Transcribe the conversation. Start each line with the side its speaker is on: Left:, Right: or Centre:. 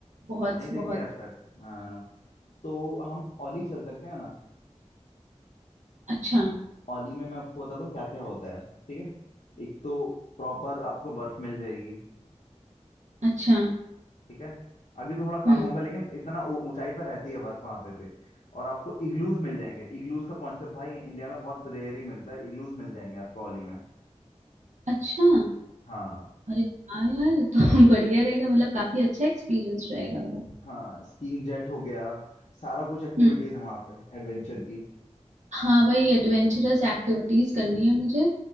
Right: बहुत
Left: नहीं देखी
Right: बहुत
Left: आज तक हाँ तो हम ओली चल सकते हैं ना
Right: अच्छा हम्म,
Left: ओली में मैं आपको बताता हूँ क्या क्या होता है ठीक है एक तो प्रॉपर आपको बर्फ मिल जाएगी
Right: अच्छा
Left: ठीक है अभी तो थोड़ा कम
Right: हम्म
Left: होगा लेकिन इतना ऊ- ऊंचाई पर रहती है बर्फ वहां पे भी और आपको इग्लूज मिल जाएंगे इग्लूज का कॉन्सेप्ट भाई इंडिया में बहुत रेयर ही मिलता है इग्लूज मिल जाएंगे आपको ओली में
Right: अच्छा
Left: हाँ
Right: अरे हाँ यार ये तो <laughs> बढ़िया रहेगा मतलब काफी अच्छा एक्सपीरियंस रहेगा वो
Left: हाँ स्कीइंग जेट हो गया सारा कुछ एक्टिविटीज
Right: हम्म
Left: है वहाँ पे एडवेंचर की
Right: हाँ वही एडवेंचरस एक्टिविटीज करनी है मुझे